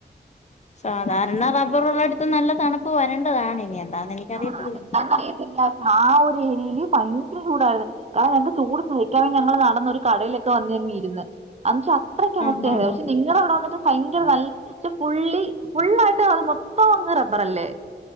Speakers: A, on the left; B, on the right.
A: സാധാരണ റബ്ബറ ഉള്ള അടുത്ത് നല്ല തണുപ്പ് വരേണ്ടതാണ് ഇനി എന്താന്ന് എനിക്കറിയത്തില്ല
B: ആഹ അതന്താറിയത്തില്ല ആ ഒരു ഏരിയയില് ഭയങ്കര ചൂടായിരുന്നു കാരണം ഞങ്ങക്ക് ചൂട് സഹിക്കാൻ വേ ഞങ്ങൾ നടന്നൊരു കടയിലൊക്കെ വന്നി ങ്ങ വെച്ച അത്രക്കെ അവസ്ഥയ
A: ആഹ് ആഹ്
B: പക്ഷെ നിങ്ങളവിടെ വന്നിട്ട് ഭയങ്കര ന ഫുള്ളി ഫുൾായിട്ട് അത് മൊത്തം അങ് റബ്ബർ അല്ലേ